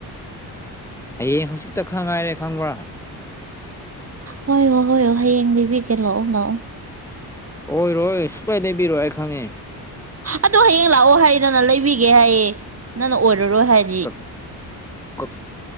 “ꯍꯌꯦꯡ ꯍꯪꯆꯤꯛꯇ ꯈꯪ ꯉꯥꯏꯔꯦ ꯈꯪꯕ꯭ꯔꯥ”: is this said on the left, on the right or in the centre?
Centre